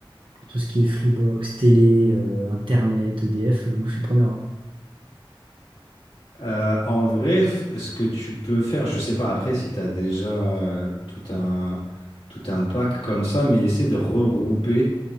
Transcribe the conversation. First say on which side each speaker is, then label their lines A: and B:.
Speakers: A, on the right (about 65°); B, on the left (about 80°).
A: pour tout ce qui est Freebox, télé, euh, Internet, EDF, euh, moi je suis preneur. hein.
B: Euh, en vrai, f- ce que tu peux faire, je sais pas après si tu as déjà euh, tout un, tout un pack comme ça, mais essaie de regrouper.